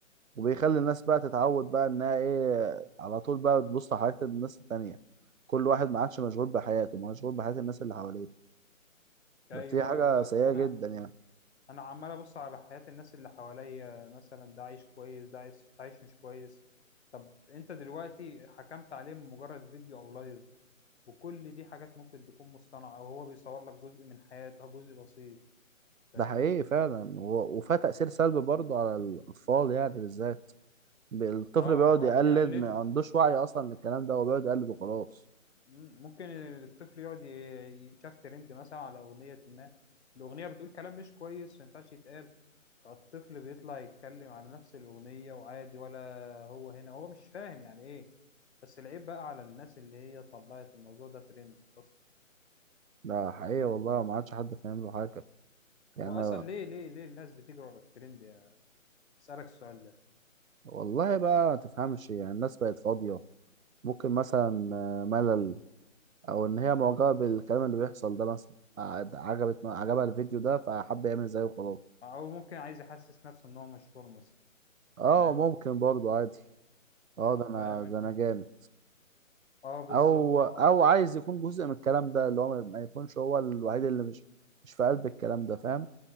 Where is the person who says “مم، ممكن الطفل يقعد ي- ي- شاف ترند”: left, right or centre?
Left